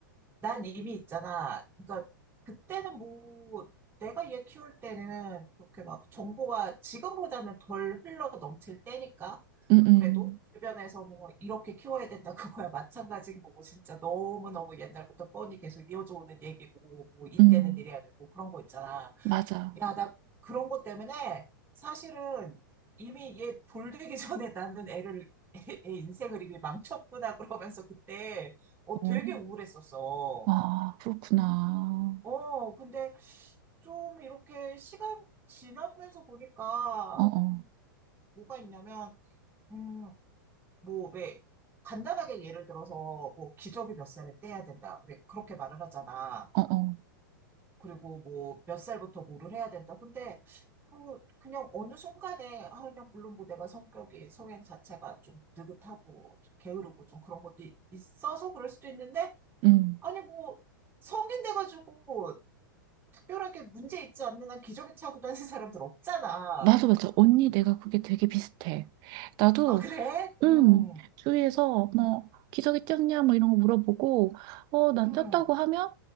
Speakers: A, on the right (about 20°); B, on the right (about 40°).
A: 난 이미 있잖아. 그러니까 그때는 뭐 내가 얘 키울 때는 그렇게 막 정보가 지금보다는 덜 흘러 넘칠 때니까
B: 응, 응,
A: 그래도 주변에서 뭐 이렇게 키워야 된다 그거야 <laughs> 마찬가지인 거고 진짜 너무너무 옛날부터 뻔히 계속 이어져 오는 얘기고 뭐 이때는
B: 응.
A: 이래야 되고 그런 거 있잖아.
B: 맞아.
A: 야, 나 그런 것 때문에 사실은 이미 얘 돌되기 전에 나는 애를 <laughs> 애, 애 인생을 이미 망쳤구나 그러면서 그때 어,
B: 어.
A: 되게 우울했었어.
B: 아, 그렇구나.
A: 어, 근데 좀 이렇게 시간 지나면서 보니까,
B: 어어,
A: 음, 뭐가 있냐면, 음, 뭐, 왜, 간단하게 예를 들어서, 뭐, 기저귀 몇 살에 떼야 된다. 왜, 그렇게 말을 하잖아.
B: 어어.
A: 그리고 뭐, 몇 살부터 뭐를 해야 된다. 근데, 뭐, 그냥 어느 순간에, 아, 그냥 물론 뭐 내가 성격이, 성향 자체가 좀 느긋하고, 좀 게으르고, 좀 그런 것도 있- 있어서 그럴 수도 있는데,
B: 음.
A: 아니, 뭐, 성인 돼가지고, 특별하게 문제 있지 않는 한 기저귀 차고 다니는 사람들 없잖아.
B: 맞아, 맞아. 언니, 내가 그게 되게 비슷해. 나도,
A: 아, 그래?
B: 음,
A: 응,
B: 주위에서 뭐, 기저귀 쪘냐, 뭐 이런 거 물어보고, 어, 난
A: 응,
B: 쪘다고 하면,